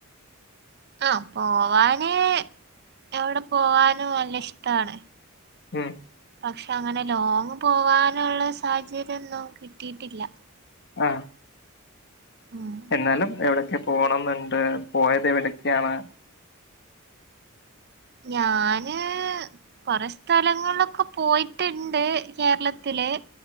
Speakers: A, on the right (about 50°); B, on the left (about 55°).
A: ആ പോവാന് എവിടെ പോവാനും നല്ല ഇഷ്ടാണ്.
B: ഉം
A: പക്ഷെ അങ്ങനെ ലോങ്ങ് പോവാനുള്ള സാഹചര്യം ഒന്നും കിട്ടിയിട്ടില്ല
B: ആഹ്
A: ഉം
B: എന്നാലും എവിടെ പോണംന്നുണ്ട് പോയത് എവിടെക്കാണ്
A: ഞാൻ കൊറെ സ്ഥലങ്ങളിലൊക്കെ പോയിട്ടുണ്ട് കേരളത്തില്